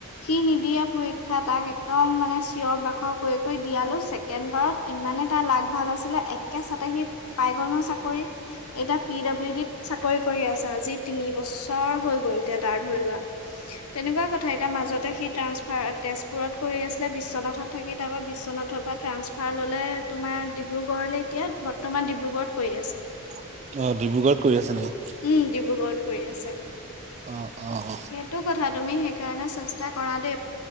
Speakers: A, on the left; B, on the right.
A: সি নিদ দিয়া পৰীক্ষা তাক একদম মানে চিঞৰ বাখৰ কৰি কৰি দিয়ালো ছেকেণ্ড বাৰত ইমানে তাৰ লাভ ভাল আছিলে একে চাতে সি পাই গ'ল ন' চাকৰি এতিয়া পি ডাব্লিউ ডিত চাকৰি কৰি আছা আজি তিন বছৰ হৈ গ'ল এতিয়া তাৰ ধৰি লোৱা তেনেকুৱা কথা এতিয়া মাজতে সি ট্ৰান্সফাৰ তেজপুৰত কৰি আছিলে বিশ্বনাথত থাকি তাৰ পৰা বিশ্বনাথৰ পৰা ট্ৰান্সফাৰ ল'লে তোমাৰ ডিব্ৰুগড়লৈ এতিয়া বৰ্তমান ডিব্ৰুগড়ত কৰি আছে।
B: অ', ডিব্ৰুগড়ত কৰি আছে নেকি?
A: উম, ডিব্ৰুগড়ত কৰি আছে,
B: অ অ অ
A: সেইটো কথা তুমি সেইকাৰণে চেষ্টা কৰা দে